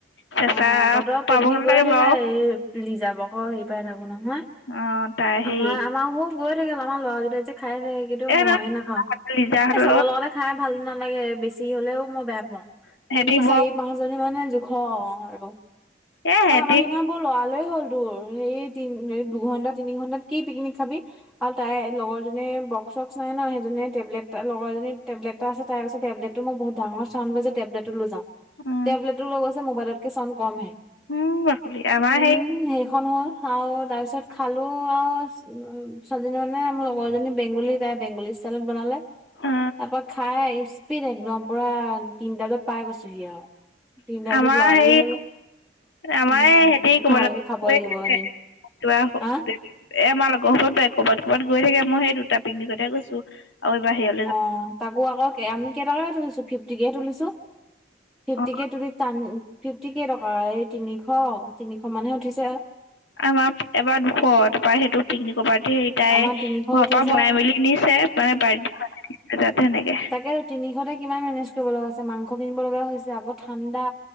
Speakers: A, on the left (about 65°); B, in the centre.
A: চেঁচা
B: অ তহঁতৰ
A: পাব
B: পিকনিক
A: নালাগে
B: গৈয়ে থাকে
A: বাৰু
B: এই লিজা ভাগৰ হেৰি পাই থাকো নহয়।
A: অ তাই হেৰি
B: আমাৰ-আমাৰ বোৰো গৈ থাকে আমাৰ ল'ৰাগিতাই যে খাই থাকে কিন্তু
A: এ
B: মইহে
A: নহয়
B: নেখাওঁ
A: লিজাহঁতৰ
B: চবৰ
A: লগত
B: লগতে খাই ভাল নালাগে বেছি হলেও মই বেয়া পাওঁ
A: সিহঁতি
B: তিনি চাৰি
A: বৰ
B: মাজনী মানে জোখৰ আৰু
A: এ সিহঁতি
B: অ আমাৰ সিদিনা বৰ লৰালৰি হ'ল তোৰ হেৰি দুঘন্টা তিনি ঘন্টাত কি পিকনিক খাবি আৰু তাই লগৰ জনি বক্স চক্স নাই ন সেইজনীয়ে টেবলেট লগৰ এজনী টেবলেট তাৰপিছত তাই কৈছে টেবলেটতোট মোৰ বহুত ডাঙৰ চাউণ্ড বাজে টেবলেটটো লৈ যাওঁ।
A: উম
B: টেবলেটো লৈ গৈছে মবাইলত কে চাউণ্ড কমহে
A: উম বাকলি আমাৰ
B: উম
A: হেৰি
B: সেইখন হ'ল আৰু তাৰপিছত খালোঁ আৰু ছোৱালজনী মানে লগৰ এজনী বেংগলী তাই বেংগলী ষ্টাইলত বনালে
A: অ
B: তাৰপা খাই স্পিড একদম পুৰা তিনটা বজাত পাই গৈছোহি আৰু তিনিটা
A: আমাৰ
B: বজাত লৰালৰি
A: হেৰি
B: হ'ল।
A: আমাৰ
B: উম,
A: এই হেঁতি ক'বালৈ
B: ভালকে খাব
A: গৈ
B: লাগিব
A: থাকে
B: এদিন
A: কিবা এ
B: হা
A: আমাৰ লগৰসোপা ক'ৰবাত ক'ৰবাত গৈ থাকে মই সেই দুটা পিকনিকতহে গৈছো আৰু এবাৰ হেৰিঅত
B: অ তাকো আকৌ আমি কেইটকাকে তুলিছো ফিফটিকে তুলিছো ফিফটিকে
A: অ
B: তুলি টান ফিফটি কেইটকা এই তিনিশ তিনিশ মানহে উঠিছে
A: আমাৰ এবাৰ দুশ তাৰপৰা সেইটো পিকনিকৰ পাৰ্টি হেৰি তাই
B: আমাৰ তিনিশ
A: ঘৰৰ
B: উঠিছে
A: পৰা বনাই মেলি নিছে মানে বাৰ্থডে তাত সেনেকে
B: তাকেটো তিনিশতে কিমান মেনেজ কৰিব লগা হৈছে মাংস কিনিব লগা হৈছে আকৌ ঠাণ্ডা